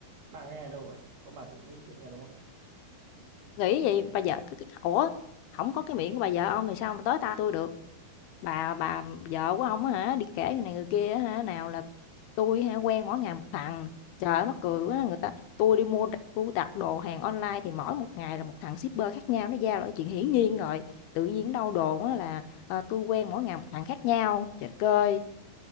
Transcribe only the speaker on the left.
Nghĩ gì bà vợ ủa không có cái miệng của bà vợ ông thì sao mà tới ta tôi được. Bà bà vợ của ông á hả, đi kể người này người kia á hả, nào là tôi hả, quen mỗi ngày một thằng." Trời ơi, mắc cười quá, người ta tôi đi mua đ tui đặt đồ hàng online thì mỗi một ngày là một thằng shipper khác nhau, nó giao lại chuyện hiển nhiên rồi. Tự nhiên đâu đồn á là, ờ, tui quen mỗi ngày một thằng khác nhau." Trời đất ơi,